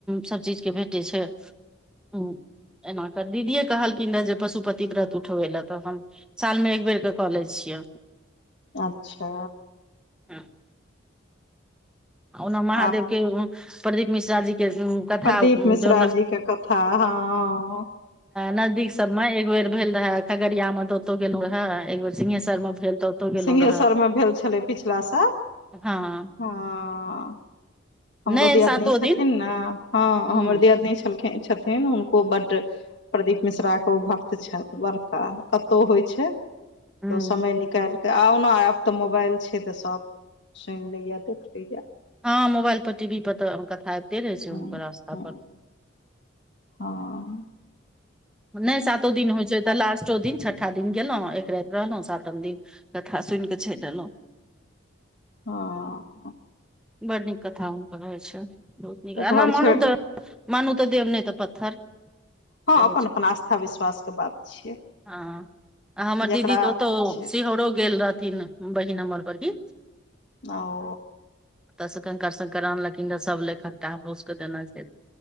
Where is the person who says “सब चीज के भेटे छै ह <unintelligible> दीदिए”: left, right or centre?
Centre